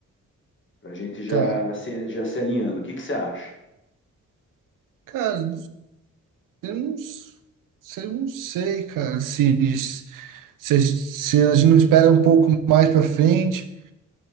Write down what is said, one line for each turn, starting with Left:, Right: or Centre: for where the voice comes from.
Left: para a gente já
Right: Tá.
Left: se, já se alinhando. O que que você acha?
Right: Cara, eu não, s- eu não sei, cara, se, se, se a gente não espera um pouco mais pra frente,